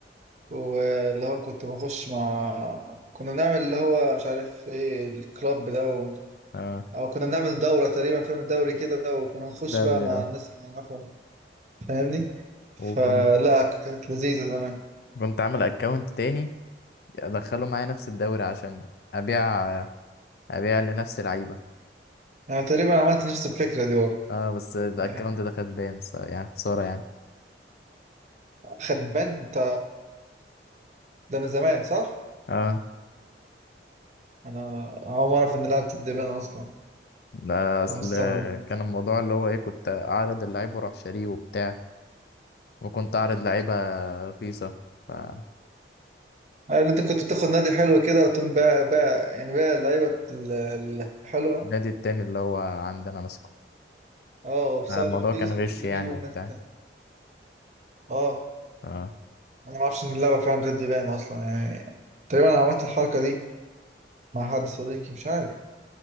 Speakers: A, on the right (about 40°); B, on the left (about 60°).
A: واللي هو كنت بخش مع كنا بنعمل اللي هو مش عارف ايه الكلاب ده و...
B: آه،
A: او كنا بنعمل دورة تقريبا فيلم الدوري كده وكنا نخش
B: دوري
A: بقى مع
B: آه.
A: الناس اللي نعرفهم فاهمني فلا
B: وكنت
A: كانت لذيذة زمان
B: كنت عامل أكونت تاني أدخله معايا نفس الدوري عشان أبيع أبيع لنفس لعيبة
A: انا تقريبا عملت نفس الفكرة دي برضه
B: اه بس الأكونت
A: يعني
B: ده خد بان ف- يعني خسارة يعني
A: خدبان انت ده من زمان صح؟
B: اه
A: انا اول مرة اعرف ان لعبة الدبان اصلا
B: ده اصل
A: انا مستغرب
B: كان الموضوع اللي هو ايه كنت اعرض اللعيب واروح شاريه وبتاع وكنت اعرض لعيبه رخيصه فالنادي
A: يعني انت كنت بتاخد نادي حلو كده وتقوم بقى بقى يعني بقى اللعيبة ال- الحلوة
B: التاني اللي هو عندنا ماسكه
A: اه وبسعر
B: الموضوع
A: رخيص
B: كان
A: وتجيبه
B: غش يعني وبتاع
A: من ناحية تانية اه
B: ف-
A: انا ما اعرفش ان اللعبة فعلا بتدي باين اصلا يعني تقريبا انا عملت الحركة دي مع حد صديقي مش عارف